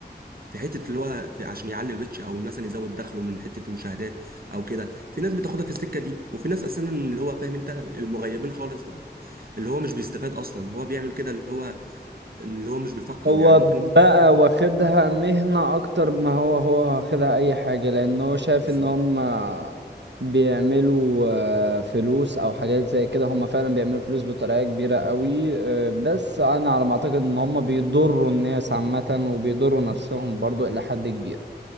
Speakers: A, on the right; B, on the right.
A: في حته اللي هو في عشان يعلي الريتش او مثلا يزود دخله من حته المشاهدات او كده في ناس بتاخدها في السكه دي وفي ناس اساسا اللي هو فاهم انت المغيبين خالص بقى اللي هو مش بيستفاد اصلا هو بيعمل كده اللي هو اللي هو مش بيفكر
B: هو
A: يعني ممكن
B: بقى واخدها مهنة أكتر ما هو هو واخدها أي حاجة لأن هو شايف
A: بالظبط
B: إن هم بيعملوا آه، فلوس أو حاجات زي كده هم فعلا بيعملوا فلوس بطريقة كبيرة قوي آه، بس أنا على ما أعتقد إن هم بيضروا الناس عامة وبيضروا نفسهم برضو إلى حد كبير